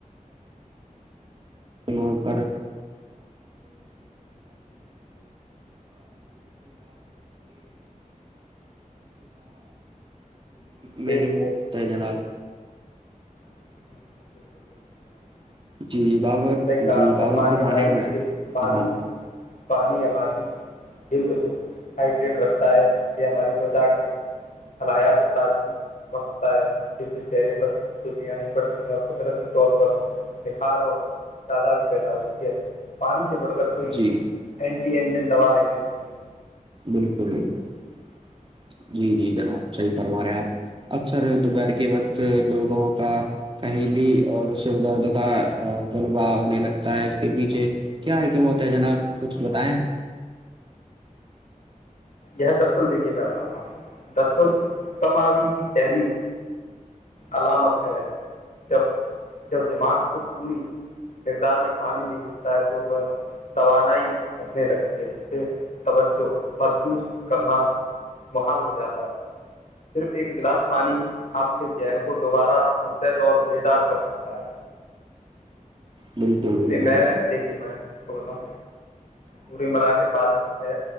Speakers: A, on the right; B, on the left.
A: <unintelligible> ضلے میں
B: بے
A: ہی موجود ہے جناب
B: جی جی بالکل بالکل جناب
A: جی جی باور
B: صحیح کہا
A: جی
B: آپ نے
A: باوچی
B: پانی
A: خانے
B: ہماری
A: میں
B: دیکھیے پانی
A: ہاں ہاں
B: پانی ہماری جلد کو ہائڈریٹ رکھتا ہے یہ ہماری طچا کے خلایا کو تازگی رکھتا ہے جس سے چہرے پر چھپیاں نہیں پڑتی ہیں اور قدرتی طور پر نکھار اور زیادہ بھی پیدا ہوتی ہے پانی پڑھ کر کوئی
A: جی
B: اینٹ انجن دوا نہیں ہوتی ہے
A: بالکل بالکل جی جی جناب صحیح فرما رہے آپ اکثر دوپہر کے وقت لوگوں کا سہیلی اور سر درد کا گغلبہ ہونے لگتا ہے اس کے پیچھے کیا حکمت ہے جناب کچھ بتائیں
B: یہ درصل دیکھیے میں بتاؤں گا آپ کو درصل کموی کی پہلی علامت ہے جب جب دماغ کو پوری مقدار میں پانی نہیں ملتا ہے تو وہ توانائی کٹنے لگتی ہے جس سے توجہ مرکوز کرنا محال ہو جاتا ہے صرف ایک گلاس پانی آپ کے ذہن کو دوبارہ متعد اور بیدار کر سکتا ہے
A: بالکل
B: اس
A: بالکل
B: لیے میں
A: ج
B: دیکھیے میں آپ کو بتاؤں پورے ملا کے بات یہ ہے